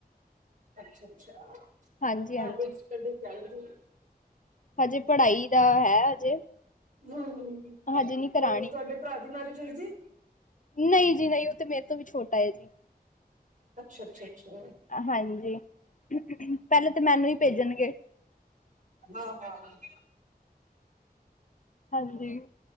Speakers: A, on the right; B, on the left.
A: ਅੱਛਾ-ਅੱਛਾ,
B: ਹਾਂਜੀ-ਹਾਂਜੀ,
A: ਅੱਛਾ, ਹਜੇ ਸਟਡੀ ਚਲ ਰਹੀ ਏ?
B: ਹਜੇ, ਪੜ੍ਹਾਈ ਦਾ ਹੈ ਹਜੇ।
A: ਹੂੰ, ਹ
B: ਹਜੇ ਨੀ ਕਰਾਣੀ।
A: ਹੋਰ ਤੁਹਾਡੇ ਭਰਾ ਦੀ ਮੈਰਿਜ ਹੋਈ ਦੀ?
B: ਨਹੀਂ ਜੀ, ਨਹੀਂ, ਉਹ ਤੇ ਮੇਰੇ ਤੋਂ ਵੀ ਛੋਟਾ ਏ ਜੀ।
A: ਅੱਛਾ, ਅੱਛਾ, ਅੱਛਾ।
B: ਹਾਂਜੀ, ਪਹਿਲੇ ਤਾ ਮੈਨੂੰ ਈ ਭੇਜਣਗੇ।
A: ਹਾਂ-ਹਾਂ, ਹਾਂ
B: ਹਾਂਜੀ,